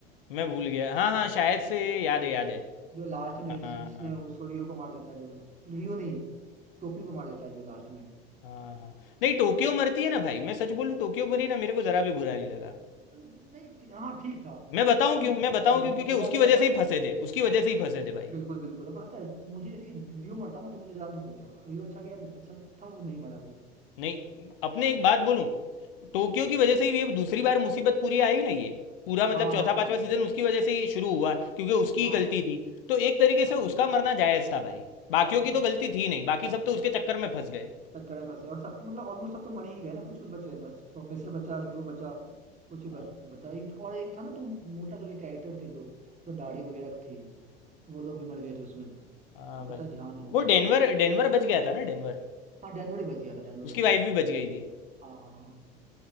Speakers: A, on the left; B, on the right.
A: मैं भूल गया हाँ हाँ शायद से याद है याद है
B: जो लास्ट में
A: हाँ
B: जिस, जिसने उसको रियो को मार देता है जो रियो नहीं टोक्यो को मार देता है जो लास्ट में
A: हाँ हाँ नहीं टोक्यो मरती है ना भाई मैं सच बोलूँ टोक्यो मरी ना मेरे को जरा भी बुरा नहीं लगा
B: नहीं ठी- हाँ ठीक था
A: मैं बताऊं
B: पता है,
A: क्यों
B: मुझे
A: मैं बताऊं
B: मुझे
A: क्यों क्योंकि
B: बुरा
A: उसकी
B: लगा
A: वजह से
B: था
A: ही फंसे थे उसकी वजह से ही फंसे थे भाई
B: बिल्कुल बिल्कुल अब पता है मुझे यदि रियो मरता ना तो मुझे ज्यादा दुख होता रियो अच्छा किया अच्छा था वो नहीं मरा वो
A: नहीं अपने एक बात बोलूं टोक्यो
B: क्या
A: की वजह से ही ये दूसरी बार मुसीबत पूरी आई ना ये पूरा मतलब
B: हाँ
A: चौथा
B: हाँ हाँ
A: पांचवा सीजन उसकी वजह से ही शुरू हुआ क्योंकि उसकी
B: हाँ
A: ही गलती थी तो एक तरीके
B: हाँ
A: से उसका मरना जायज था भाई बाकियों की
B: हाँ
A: तो गलती थी नहीं बाकी सब तो उसके चक्कर में फंस गए
B: टक्कर में फंसे और सब मतलब ऑलमोस्ट सब तो मर ही गए ना कुछ कुछ बचे बस प्रोफेसर बचा रियो बचा कुछ ही बच,
A: हाँ
B: बचा एक- और एक था ना तो मोटा करके कैरेक्टर थे जो जो दाढ़ी वगैरह थी वो लोग भी मर गए थे उसमें
A: हाँ
B: आपको
A: भाई
B: शायद ध्यान होगा
A: वो डेनवर डेनवर बच गया था ना डेनवर
B: हाँ डैनोरे बच गया था डैनोरे
A: उसकी
B: बच
A: वाइफ
B: गया था
A: भी बच गई थी
B: हाँ हाँ हाँ